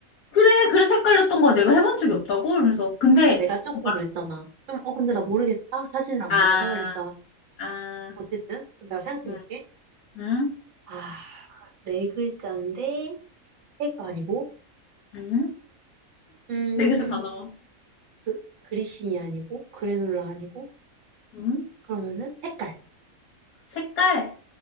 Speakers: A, on the left; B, on the right.
A: 그래, 그래서 헷갈렸던 거야. 내가 해본 적이 없다고? 이러면서. 근데,
B: 그래서 내가 조금
A: 그거 말-
B: 그랬잖아. 좀, 어, 근데
A: 응.
B: 나 모르겠다. 사진을 안
A: 아,
B: 받아서 이랬잖아.
A: 아,
B: 어쨌든, 내가 생각해볼게.
A: 응, 응,
B: 아, 네 글자인데, 스테이크 아니고,
A: 응.
B: 음,
A: 네 글자 다 나와.
B: 그, 그리신이 아니고, 그래놀라 아니고,
A: 응?
B: 그러면은 색깔.
A: 색깔.